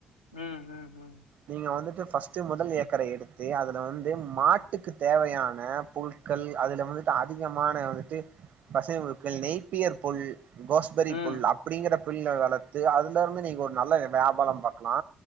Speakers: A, on the left; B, on the right.
A: ம் ம் ம்
B: நீங்க வந்துட்டு ஃபஸ்ட்டு மொதல் ஏக்கர எடுத்து அதுல வந்து மாட்டுக்கு தேவயா ன புல்கள் அதுல வந்துட்டு அதிகமான வந்துட்டு பசமை புல்கள் நெய்ப்பியர் புல் கோஸ்பெரி
A: ம்
B: புல்லா ப்டிங்ற பில்ல வளத்து அதுலருந்து நீங்க ஒரு நல்ல வியாபாரோ பாக்லா